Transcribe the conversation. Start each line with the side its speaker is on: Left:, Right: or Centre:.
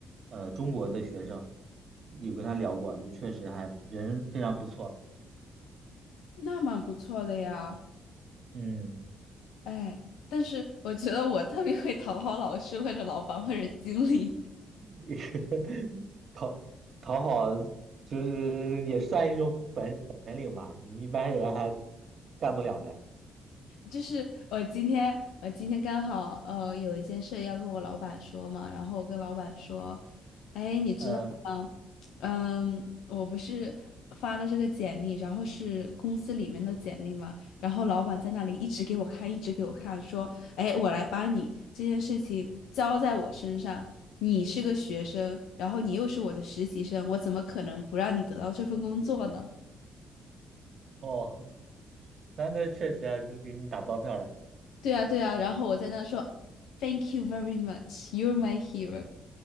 Right: 呃，中国的学生，有跟他聊过，就确实还人非常不错。
Left: <laughs> 那蛮不错的呀，
Right: 嗯，
Left: 哎，但是我觉得我特别会讨好老师或者老板或者经理。
Right: <laughs> 讨讨好就是也算一种本本领吧，你一般人还干不了嘞。
Left: 就是我今天，我今天刚好呃有一件事要跟我老板说嘛，然后我跟老板说，哎，你知道吗？
Right: 嗯，
Left: 嗯，我不是发了这个简历，然后是公司里面的简历嘛，然后老板在那里一直给我看，一直给我看，说，哎，我来帮你，这件事情交在我身上，你是个学生，然后你又是我的实习生，我怎么可能不让你得到这份工作呢？
Right: 哦，那那确实啊，就给你打包票了，
Left: 对啊，对啊，然后我在那说 Thank you very much, you're my hero。